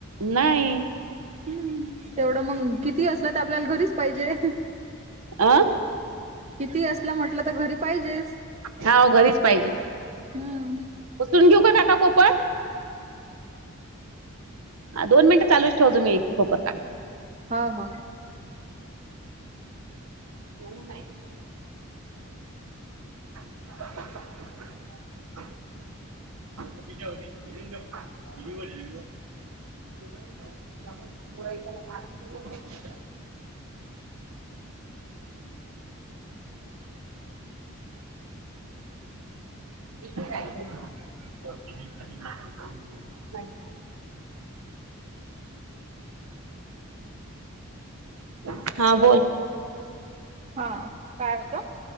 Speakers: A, on the right; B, on the right.
A: नाही
B: हम् तेवढं मग किती असलं तर आपल्याला घरीच पाहिजे.
A: अं
B: किती असलं म्हटलं तर घरी पाहिजेच.
A: हाव घरीच पाहिजे.
B: हम्म
A: उचलून घेऊ का काका कोपत. हा दोन मिनट चालूच ठेवा तुम्ही तो परका
B: हां. हां.
A: <unintelligible> <unintelligible> <unintelligible> <inaudible> <inaudible> किती राहीले ते <unintelligible> <unintelligible> हा बोल.
B: हा. काय होतं?